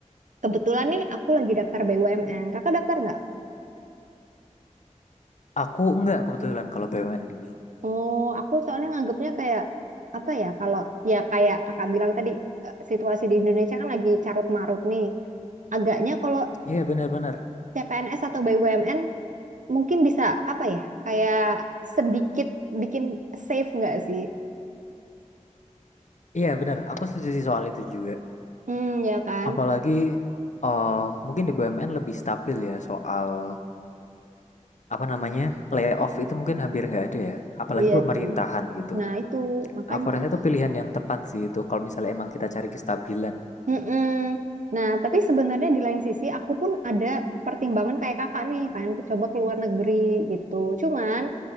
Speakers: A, on the right; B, on the left.
A: kebetulan nih aku lagi daftar BUMN. Kakak daftar nggak?
B: Aku enggak kebetulan kalau BUMN ini.
A: Oh, aku soalnya nganggapnya kayak apa ya? Kalau ya kayak kakak bilang tadi eh, situasi di Indonesia kan lagi carut marut nih. Agaknya kalau
B: Iya benar-benar
A: CPNS atau BUMN mungkin bisa apa ya? Kayak sedikit bikin safe nggak sih?
B: Iya benar, aku setuju sih soal itu juga.
A: Hmm, ya kan?
B: Apalagi eh mungkin di BUMN lebih stabil ya soal apa namanya layoff itu mungkin hampir nggak ada ya. Apalagi
A: Iya
B: pemerintahan
A: sih.
B: gitu.
A: Nah itu makanya.
B: Aku rasa itu pilihan yang tepat sih itu kalau misalnya emang kita cari kestabilan.
A: Mm-mm. Nah, tapi sebenarnya di lain sisi aku pun ada pertimbangan kayak kakak nih, pengen coba keluar negeri gitu. Cuman